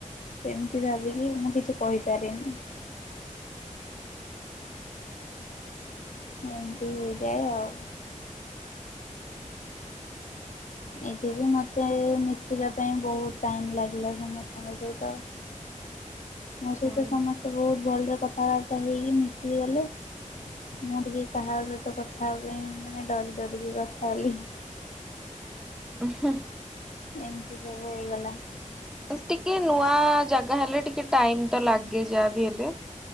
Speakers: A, on the left; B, in the centre.
A: ସେମତି ଭାବିକି ମୁଁ କିଛି କହିପାରେନି। ଏମିତି ହେଇଯାଏ ଆଉ ଏଠି ବି ମତେ ମିଶିବା ପାଇଁ ବହୁତ ଟାଇମ ଲାଗିଲା ସମସ୍ତଙ୍କ ସହିତ <inaudible> ମୋ
B: ହଁ।
A: ସହିତ ସମସ୍ତେ ବହୁତ ଭଲରେ କଥାବାର୍ତ୍ତା ହେଇକି ମିଶିଗଲେ। ମୁଁ ଟିକେ କାହା ସହିତ କଥା ହେବା ପାଇଁ ମାନେ ଡରି ଡରିକି କଥା ହେଲି <inaudible>
B: ଉଁ ହୁଁ
A: ଏମତି ସବୁ ହେଇଗଲା।
B: ବାସ୍ ଟିକେ ନୂଆ ଜାଗା ହେଲେ ଟିକେ ଟାଇମ ତ ଲାଗେ ଯାହା ବି ହେଲେ।